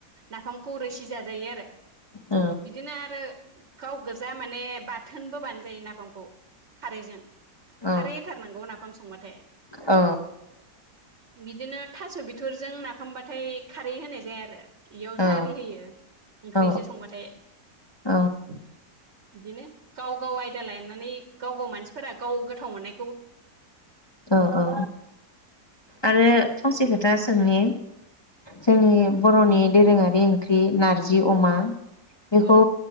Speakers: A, on the right; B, on the left.
A: नाफामखौ रोसि जाजायो आरो।
B: औ
A: बिदिनो आरो गाव गोजा माने बा थोनबो बानाय जायो नाफामखौ खारैजों
B: औ
A: खारै होथारनांगौ नाफा फाम संबाथाय।
B: औ।
A: बिदिनो थास बिथरजों नाफामबाथाय खारै होनाय जाया आरो। इयाव
B: औ
A: जारि होयो। ओंख्रिजों
B: औ
A: संबाथाय
B: औ
A: बिदिनो गाव गाव आयदा लायनानै गाव गाव मानसिफोरा गाव गोथाव मोननाय
B: अ औ आरो फंसे खोथा सोंनि जोंनि बर'नि दोरोङारि ओंख्रि नारजि अमा बेखौ
A: औ